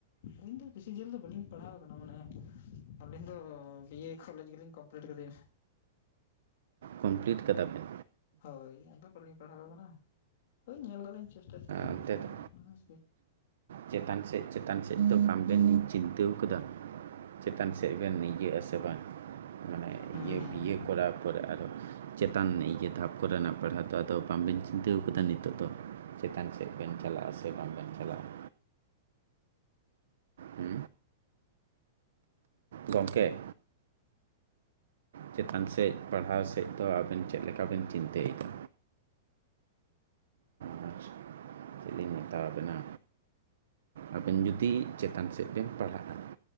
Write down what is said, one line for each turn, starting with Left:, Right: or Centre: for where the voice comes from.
Left: ᱟᱹᱞᱤᱧ ᱫᱚ ᱵᱤᱥᱤ ᱡᱷᱟᱹᱞ ᱫᱚ ᱵᱟᱹᱞᱤᱧ ᱯᱟᱲᱦᱟᱣ ᱟᱠᱟᱱᱟ ᱢᱟᱱᱮ ᱟᱹᱞᱤᱧ ᱫᱚ ᱵᱤᱭᱮ ᱠᱚᱞᱮᱡᱽ ᱜᱮ ᱞᱤᱧ ᱠᱚᱢᱯᱞᱤᱴ ᱠᱟᱫᱮᱭᱟ ᱾
Right: ᱠᱚᱢᱯᱞᱤᱴ ᱠᱟᱫᱟ ᱵᱮᱱ,
Left: ᱦᱳᱭ ᱟᱫᱚ ᱵᱟᱞᱤᱧ ᱯᱟᱲᱦᱟᱣ ᱠᱟᱱᱟ ᱦᱳᱭ ᱧᱮᱞ ᱫᱚᱞᱤᱧ ᱪᱮᱥᱴᱟ <unintelligible>
Right: ᱚᱱᱛᱮ
Left: ᱪᱤᱠᱟᱹ
Right: ᱫᱚ
Left: ᱜᱟᱱᱚᱜ ᱠᱟᱱᱟ ᱦᱮᱸ ᱥᱮ,
Right: ᱪᱮᱛᱟᱱ ᱥᱮᱫ ᱪᱮᱛᱟᱱ ᱥᱮᱫ ᱫᱚ ᱟᱢᱵᱮᱱᱤᱧ ᱪᱤᱱᱛᱟᱹᱣ ᱟᱠᱟᱫᱟ ᱾ ᱪᱮᱛᱟᱱ ᱥᱮᱫ ᱵᱮᱱ ᱤᱭᱟᱹᱜ ᱟᱥᱮ ᱵᱟᱝ ᱢᱟᱱ
Left: ᱦᱮᱸ
Right: ᱤᱭᱟᱹ ᱠᱚᱨᱟᱣ ᱛᱟᱨᱯᱚᱨᱮ ᱟᱨᱚ ᱪᱮᱛᱟᱱ ᱤᱭᱟᱹ ᱫᱷᱟᱯ ᱠᱚᱨᱮᱱᱟᱜ ᱯᱟᱲᱦᱟᱣ ᱫᱚ ᱟᱫᱚ ᱵᱟᱝᱵᱤᱱ ᱪᱤᱱᱛᱟᱹᱣ ᱟᱠᱟᱫᱟ ᱱᱤᱛᱚᱜ ᱫᱚ? ᱪᱮᱛᱟᱱ ᱥᱮᱫ ᱵᱮᱱ ᱪᱟᱞᱟᱜ-ᱟ ᱥᱮ ᱵᱟᱝᱵᱮᱱ ᱪᱟᱞᱟᱜ-ᱟ᱾ ᱦᱩ ᱜᱚᱢᱠᱮ ᱪᱮᱛᱟᱱ ᱥᱮᱫ ᱯᱟᱲᱦᱟᱣ ᱥᱮᱫ ᱫᱚ ᱟᱵᱮᱱ ᱪᱮᱫ ᱞᱮᱠᱟ ᱵᱮᱱ ᱪᱤᱱᱛᱟᱹᱭᱮᱫᱟ? ᱟᱨ ᱪᱮᱫ ᱞᱤᱧ ᱢᱮᱛᱟ ᱵᱤᱱᱟ᱾ ᱟᱵᱤᱱ ᱡᱩᱫᱤ ᱪᱮᱛᱟᱱ ᱥᱮᱫ ᱵᱤᱱ ᱯᱟᱲᱦᱟᱜ-ᱟ,